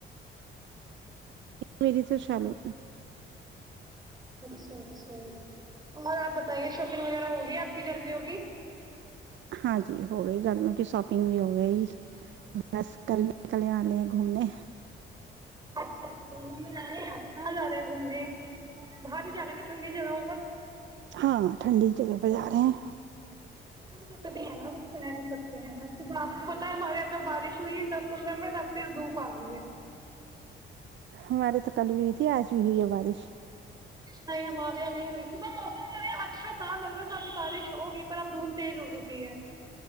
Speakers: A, on the right; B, on the right.
A: مریس سالو
B: اچھا اچھا مگر آپ بتائیے شاپنگ وغیرہ ہوگی آپ کی جرمی ہوگی
A: ہاں جی ہو گئی گھرمیوں کی شاپنگ بھی ہو گئی بس کل کل آ ل ہیں گھومنے
B: اچ گومنے جا رہے ہیں کہاں جا رہے ہیں گھومنے باہر بھی جا رہے ہیں ٹھنڈی جگہوں پر
A: ہاں ٹھنڈی جگہ پہ جا رہے ہیں
B: کتنی ہے نا کچھ کہہ نہیں سکتے ہیں ص آپ کو پتا ہے ہمارے یہل بارش ہوئی ہے دس پندرہ منٹ اب پھر دھوپ آ گئی ہے
A: ہمارے تو کل بھی آج بھی ہوئی ہے بارش
B: نہیں ہمارے یہاں نہیں ہوئی صبح موسم ہمارے یہاں اچھا تھا لگ رہا تھا کہ بارش ہوگی پر اب دھوپ تیز ہو چکی ہے